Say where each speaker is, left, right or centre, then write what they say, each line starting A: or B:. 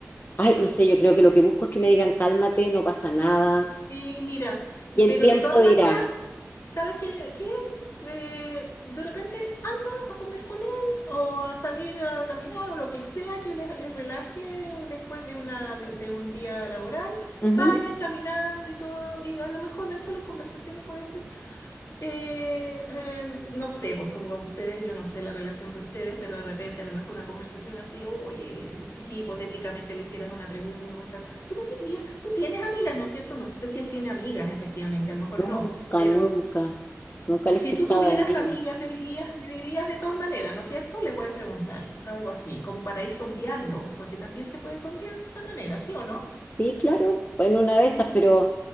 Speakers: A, on the left; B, on the left.
A: Ay, no sé, yo creo que lo que busco es que me digan cálmate, no pasa nada.
B: sí, mira,
A: Y el
B: pero
A: tiempo
B: de todas
A: dirá,
B: maneras... ¿Sabes qué? qué? Eh, de repente anda a comer con él o a salir a caminar o lo que sea que les, les relaje después de, una, de un día laboral.
A: Ujú.
B: Vayan caminando y todo, y a lo mejor dentro de las conversaciones puede ser, eh, eh, no sé, pues como ustedes, yo no sé la relación de ustedes, pero de repente a lo mejor una conversación así, oye, si, si hipotéticamente le hicieras una pregunta, tú me dirías, tú tienes amigas, ¿no es cierto? No sé si él tiene amigas, efectivamente, a lo mejor
A: Nunca,
B: no. Pero
A: nunca, nunca
B: si
A: le escuchaba
B: tú tuvieras
A: de mí.
B: amigas, me dirías, me dirías de todas maneras, ¿no es cierto? Le puedes preguntar algo así, como para ir sondeando, porque también se puede sondear de esa manera, ¿sí o no?
A: Sí, claro, pues, en una de esas, pero